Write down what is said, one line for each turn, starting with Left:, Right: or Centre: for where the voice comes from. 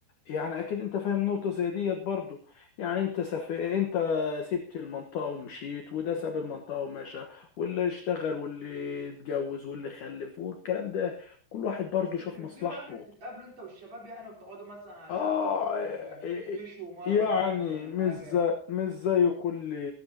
Left: يعني اكيد انت فاهم نقطة زي ديت برضو يعني انت سف... انت سبت المنطقة ومشيت وده ساب المنطقة ومشى واللي اشتغل واللي اتجوز واللي خلف والكلام ده كل واحد برضو
Right: بس
Left: شاف
Right: بتنزلوا
Left: مصلحته
Right: يعني بتتقابلوا انت والشباب يعني وتقعدوا مثلا على
Left: اه
Right: القهوة ولا حاجة
Left: إيه-
Right: تشوا مرة
Left: يعني
Right: مثلا ولا
Left: مش
Right: حاجة
Left: زي مش زي كل